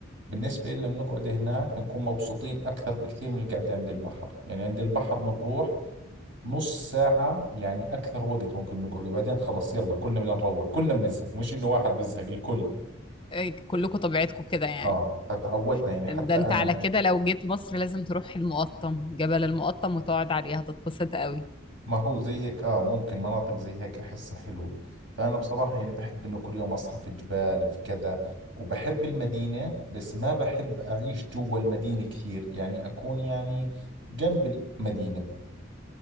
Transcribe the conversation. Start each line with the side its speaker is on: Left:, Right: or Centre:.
Right: بالنسبة لنا بنقعد هناك بنكون مبسوطين أكثر بكثير من القعدة عند البحر يعني عند البحر بنروح نص ساعة يعني أكثر وقت ممكن نقعد وبعدين خلص يلا كلنا بدنا نروح كلنا بنزهق مش إنه واحد بيزهق الكل
Left: آآ كلّكم طبيعتكم كده يعني.
Right: آه فتعودنا يعني حتى
Left: ده أنت
Right: أنا
Left: على كده لو جيت مصر لازم تروح المُقطّم، جبل المُقطّم وتقعد عليه هتتبسط أوي،
Right: ما هو زي هيك اه ممكن مناطق زي هيك احسها حلوة فانا بصراحة يعني بحب انه كل يوم اصحى في جبال في كذا وبحب المدينة بس ما بحب اعيش جوا المدينة كثير يعني اكون يعني جنب المدينة